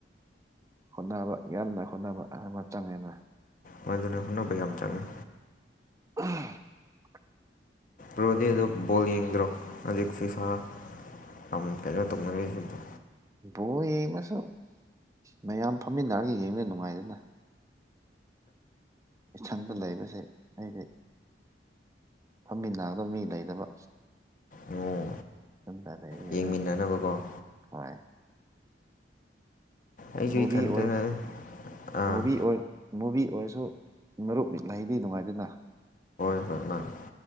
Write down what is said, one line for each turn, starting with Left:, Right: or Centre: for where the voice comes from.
Right: ꯍꯣꯠꯅꯕ ꯌꯥꯝꯟꯅ ꯍꯣꯠꯅꯕ ꯑꯃꯇꯪꯅ
Left: ꯃꯣꯏꯗꯨꯅ ꯍꯣꯅꯅꯕ ꯌꯥꯝ ꯆꯪꯉꯦ
Right: ꯑ
Left: ꯔꯣꯗꯤ ꯑꯗꯨ ꯕꯣꯜ ꯌꯦꯡꯗ꯭ꯔꯣ ꯍꯧꯖꯤꯛꯁꯤ ꯁꯥ ꯑꯃ ꯀꯩꯅꯣ ꯇꯨꯡꯅꯒꯗꯣ
Right: ꯕꯣ ꯌꯦꯡꯉꯁꯨ ꯃꯌꯥꯝ ꯐꯝꯃꯤꯟꯅꯔꯒ ꯌꯦꯡꯕꯗ ꯅꯨꯡꯉꯥꯏꯗꯅ ꯏꯊꯪꯗ ꯂꯩꯕꯁꯦ ꯑꯩꯗꯤ ꯐꯝꯃꯤꯟꯅꯒꯗꯕ ꯃꯤ ꯂꯩꯅꯕ
Left: ꯑꯣ
Right: ꯗꯔꯦꯅ ꯌꯦ
Left: ꯌꯦꯡꯃꯤꯟꯅꯅꯕꯀꯣ
Right: ꯍꯦ
Left: ꯑꯩꯁꯨ
Right: ꯃꯨꯚꯤ
Left: ꯏꯊꯟꯇꯅ
Right: ꯑꯣꯏ
Left: ꯑꯥ
Right: ꯃꯨꯚꯤ ꯑꯣꯏ ꯃꯨꯚꯤ ꯑꯣꯏꯔꯁꯨ ꯃꯔꯨꯞ ꯃꯤꯠ ꯂꯩꯗꯤ ꯅꯨꯡꯉꯥꯏꯗꯅ
Left: ꯑꯣꯏ ꯃꯥꯅꯤ